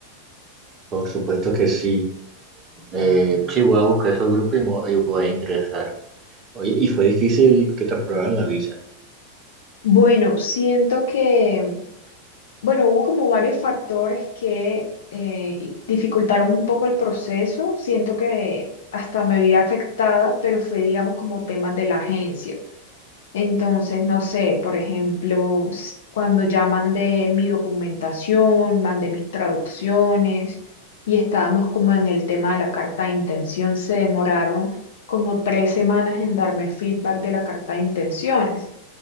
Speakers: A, on the right (about 25°); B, on the left (about 60°).
A: Por supuesto que sí. Eh, sí, voy a buscar esos grupos y, mo- y voy a ingresar. Oye, y fue difícil que te aprobaran la visa.
B: Bueno, siento que, bueno, hubo como varios factores que eh, y- dificultaron un poco el proceso. Siento que hasta me vi afectada, pero fue, digamos, como temas de la agencia. Entonces, no sé, por ejemplo, s- cuando ya mandé mi documentación, mandé mis traducciones y estábamos como en el tema de la carta de intención, se demoraron como tres semanas en darme feedback de la carta de intenciones.